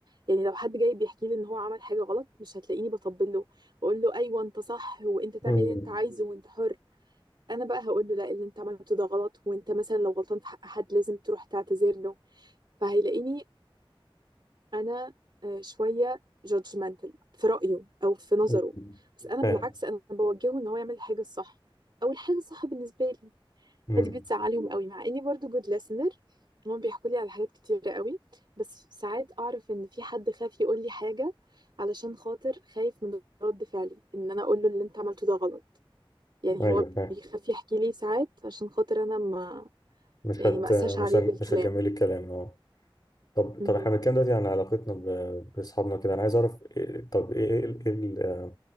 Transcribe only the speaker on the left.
مم.
مم.
فاهم
مم.
ايوه
فاهم
مش
هت
مش
هن-
مش هتجملي الكلام اه طب
طب احنا بنتكلم دلوقتي عن علاقتنا ب- باصحابنا كده انا عايز اعرف إيه طب ايه إيه ال- إيه ال-